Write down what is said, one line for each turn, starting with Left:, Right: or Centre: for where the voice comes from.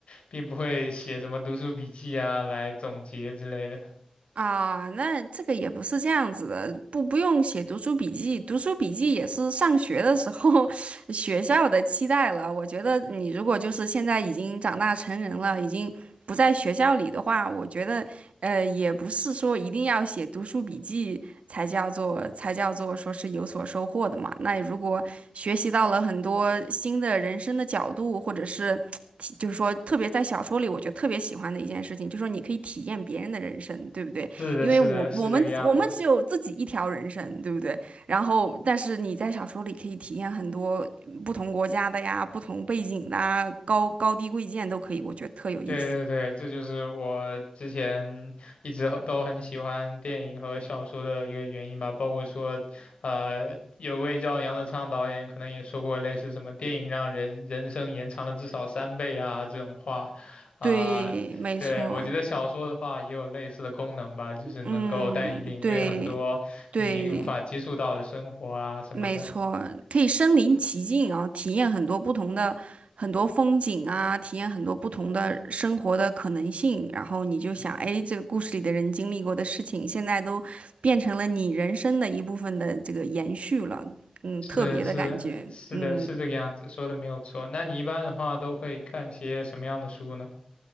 Left: 并不会写什么读书笔记啊来总结之类的。
Right: 啊，那这个也不是这样子的，不不用写读书笔记，读书笔记也是上学的时候 <laughs> 学校的期待了。我觉得你如果就是现在已经长大成人了，已经不在学校里的话，我觉得呃也不是说一定要写读书笔记才叫做才叫做说是有所收获的嘛。那如果学习到了很多新的人生的角度，或者是就是说，特别在小说里，我觉得特别喜欢的一件事情，就是说你可以体验别人的人生，对不对？
Left: 是的，
Right: 因为我我们我们只有自己一条人生，
Left: 是的，是这个样子。
Right: 对不对？然后，但是你在小说里可以体验很多不同国家的呀、不同背景的啊、高高低贵贱都可以，我觉得特有意思。
Left: 对对对，这就是我之前一直都很喜欢电影和小说的一个原因吧。包括说，呃，有位叫杨德昌导演可能也说过类似什么电影让人人生延长了至少三倍啊这种话，啊、
Right: 对，没错，
Left: 对，我觉得小说的话也有类似的功能吧，就是能够带你领略很多你无法接触到的生活啊什么的。
Right: 嗯，对对。没错，可以身临其境啊，体验很多不同的很多风景啊，体验很多不同的生活的可能性。然后你就想，哎，这个故事里的人经历过的事情，现在都变成了你人生的一部分的这个延续了。嗯，
Left: 是是是的，
Right: 特别的感觉。嗯，
Left: 是这个样子，说的没有错。那你一般的话都会看些什么样的书呢？